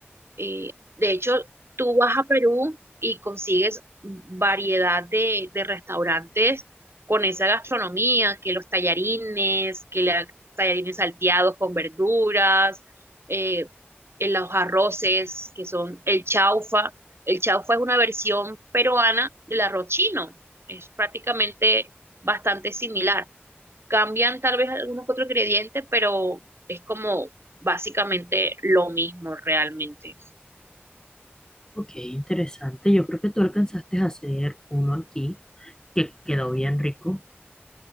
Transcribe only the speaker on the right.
Eh, de hecho, tú vas a Perú y consigues variedad de, de restaurantes con esa gastronomía, que los tallarines, que los tallarines salteados con verduras, eh, en los arroces, que son el chaufa. El chaufa es una versión peruana del arroz chino. Es prácticamente bastante similar. Cambian tal vez algunos otros ingredientes, pero es como básicamente lo mismo realmente.